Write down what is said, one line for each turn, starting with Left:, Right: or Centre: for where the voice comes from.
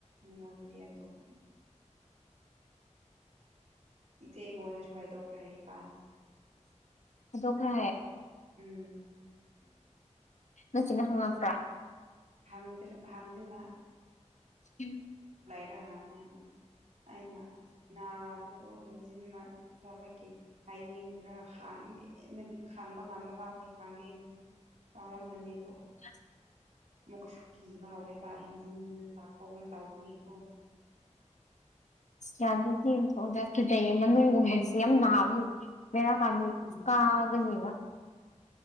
Right: ꯃꯉꯣꯟꯗꯗꯤ ꯍꯥꯏꯗꯣꯛ ꯏꯆꯦ ꯃꯣꯟꯅꯁꯨꯏ ꯍꯥꯏꯗꯣꯀꯔ ꯏꯄꯥꯅ
Left: ꯑꯗꯣ ꯀ
Right: ꯎꯝ
Left: ꯅꯆꯤꯠꯅ ꯍꯪꯉꯕ꯭ꯔꯥ
Right: ꯍꯥꯟꯗ꯭ꯔ ꯍꯥꯟꯗꯅꯥ
Left: ꯎꯝ
Right: ꯂꯅꯤꯅ ꯑꯩꯅ ꯅꯥꯕꯗꯣ ꯍꯦꯟꯖꯤꯟꯈꯕꯒꯤ ꯍꯥꯏꯅꯤꯡꯕ꯭ꯔꯥ ꯈꯥꯡꯦꯅꯗꯤ ꯈꯥꯡꯕ ꯉꯝꯕ ꯐꯥꯎꯕꯗꯤ ꯈꯥꯡꯒꯦꯅꯗꯤ ꯇꯧꯔꯝꯕꯅꯤꯗ
Left: <unintelligible>
Right: ꯑꯃꯨꯛꯀꯁꯨ ꯀꯤꯕ ꯍꯧꯔꯦꯕ ꯍꯦꯟꯖꯤꯟ ꯂꯥꯛꯄꯒꯨꯝ ꯇꯥꯎꯒꯤꯀꯣ
Left: ꯑꯁ ꯌꯥꯗ꯭ꯔꯗꯤꯝ ꯊꯣꯛꯗꯈꯤꯗꯩꯌꯦ ꯃꯅꯨꯡꯒꯨꯝꯕꯁꯦ ꯌꯥꯝ ꯅꯥꯕ ꯕꯦꯔꯥ ꯀꯥꯟꯗ
Right: ꯎꯝ
Left: ꯀꯒꯅꯤꯕ